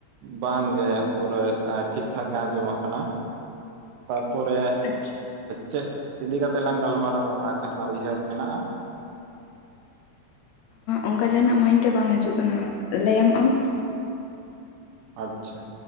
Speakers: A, on the right; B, on the left.
A: ᱵᱟᱝ ᱜᱮ ᱯᱩᱨᱟᱹ ᱴᱷᱤᱠ ᱴᱷᱟᱠ ᱜᱮ ᱟᱸᱡᱚᱢᱚᱜ ᱠᱟᱱᱟ ᱾ ᱛᱟᱨᱯᱚᱨᱮ
B: ᱟᱪᱪᱷᱟ
A: ᱪᱮᱫ ᱤᱫᱤ ᱠᱟᱛᱮᱜ ᱞᱟᱝ ᱜᱟᱞᱢᱟᱨᱟᱣᱟ ᱟᱢᱟ ᱡᱟᱦᱟᱸᱱᱟᱜ ᱩᱭᱦᱟᱹᱨ ᱢᱮᱱᱟᱜᱼᱟ?
B: ᱚᱱᱠᱟ ᱡᱟᱦᱟᱱᱟᱜ ᱢᱟᱭᱤᱰ ᱨᱮ ᱵᱟᱝ ᱦᱤᱡᱩᱜ ᱠᱟᱱᱟ ᱞᱟᱹᱭᱟᱢ ᱟᱢ ᱾
A: ᱟᱪᱪᱷᱟ